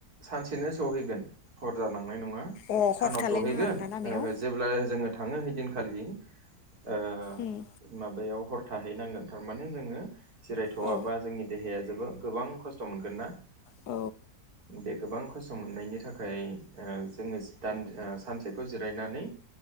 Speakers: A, on the right (about 60°); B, on the left (about 70°).
A: सानसेनो सहैगोन हर जा नाय नंङा
B: अ
A: सानाव
B: हर थालायनाङा
A: सहैगोन
B: आरोना लामायाव
A: ओ जेब्ला जोंङो थाङो हैदिनखालि ओ
B: उम
A: माबायाव हर थाहैनांगोन थारमाने जोंङो। जिरायथ'वाबा
B: औ
A: जोंनि देहाया जोबोद। गोबां खस्थ' मोनगोन ना।
B: औ
A: बे गोबां। खस्स' मोननायनि थाखाय ओ जोंङो <unintelligible> सानसे खौ रायनानै।